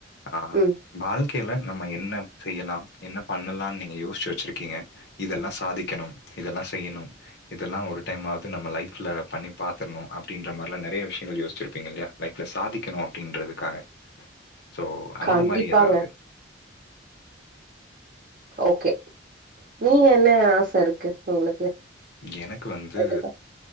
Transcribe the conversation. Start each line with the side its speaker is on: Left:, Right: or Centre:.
Left: ஆ
Right: ம்
Left: வாழ்க்கைல நம்ம என்ன செய்யலா என்ன பண்ணலானு நீங்க யோசிச்சு வச்சிருக்கீங்க இதெல்லா சாதிக்கணு இதெல்லா செய்யணு இதெல்லா ஒரு டைமாவது நம்ம லைஃப்ல பண்ணி பாத்துரணு அப்டின்ற மாரிலா நெறைய விஷய ங்கள் யோசிச்சிருப்பீங்க இல்லையா லைஃப்ல சாதிக்கணு அப்டின்றதுக்காக சோ அந்த
Right: கண்டிப்பாங்க
Left: மாரி எதாவது
Right: ஓகே நீங்க என்ன ஆச இருக்கு உங்களுக்கு
Left: எனக்கு வந்து
Right: எதுல